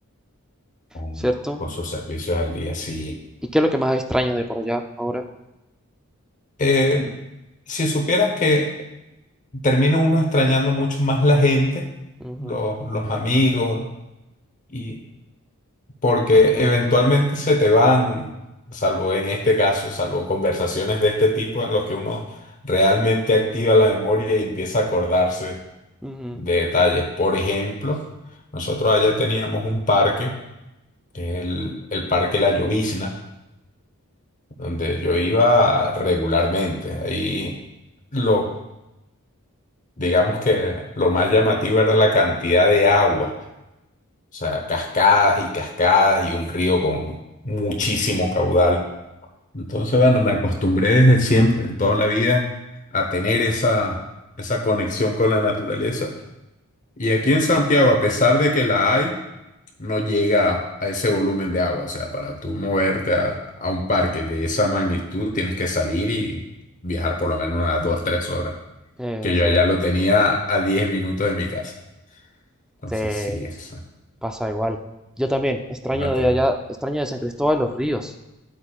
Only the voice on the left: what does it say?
con,
con sus servicios al día. Sí.
Eh, si supieras que termina uno extrañando mucho más la gente,
los, los amigos, y porque eventualmente se te van, salvo en este caso, salvo conversaciones de este tipo en los que uno realmente activa la memoria y empieza a acordarse
de detalles. Por ejemplo, nosotros allá teníamos un parque, el, el Parque La Llovizna, donde yo iba regularmente. Ahí lo, digamos que lo más llamativo era la cantidad de agua O sea, cascadas y cascadas y un río con muchísimo caudal. Entonces, bueno, me acostumbré desde siempre, en toda la vida, a tener esa, esa conexión con la naturaleza. Y aquí en Santiago, a pesar de que la hay, no llega a ese volumen de agua. O sea, para tú moverte a, a un parque de esa magnitud, tienes que salir y viajar por lo menos unas dos, tres horas.
Que yo
allá lo tenía a 10 minutos de mi casa. Entonces,
sí, esa.
No te-